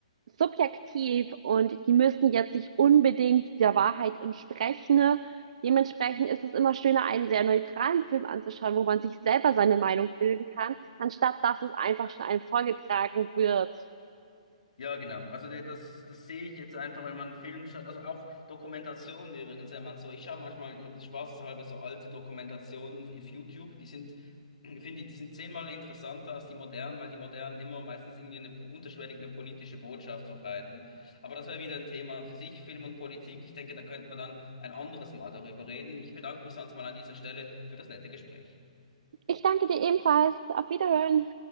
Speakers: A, on the right (about 65°); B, on the left (about 80°).
A: subjektiv und die müssen jetzt nicht unbedingt der Wahrheit entsprechen. ne. Dementsprechend ist es immer schöner, einen sehr neutralen Film anzuschauen, wo man sich selber seine Meinung bilden kann, anstatt dass es einfach schon einem vorgetragen wird.
B: Ja, genau. Also der- das, das sehe ich jetzt einfach, wenn man einen Film schaut. Also auch Dokumentationen übrigens, wenn man so, ich schaue manchmal im- spaßeshalber so alte Dokumentationen auf YouTube, die sind, <clears throat> finde ich, die sind zehnmal interessanter als die modernen, weil die modernen immer meistens irgendwie eine unterschwellig eine politische Botschaft verbreiten. Aber das wäre wieder ein Thema für sich, Film und Politik. Ich denke, da könnten wir dann ein anderes Mal darüber reden. Ich bedanke mich sonst mal an dieser Stelle für das nette Gespräch.
A: Ich danke dir ebenfalls. Auf Wiederhören.